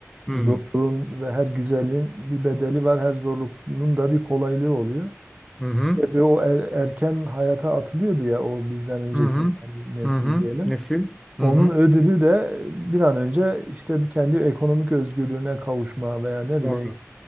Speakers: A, in the centre; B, on the right.
A: Hmm.
B: zorluğun ve her güzelliğin bir bedeli var. Her zorluğun da bir kolaylığı oluyor.
A: Hı hı.
B: Tabii o er- erken hayata atılıyordu ya o bizden önceki
A: Hı hı.
B: yani nesil
A: Hı hı. Hı hı.
B: diyelim.
A: Nesil.
B: Onun
A: Hı hı.
B: ödülü de bir an önce işte kendi ekonomik özgürlüğüne kavuşma veya ne bileyim
A: Doğru.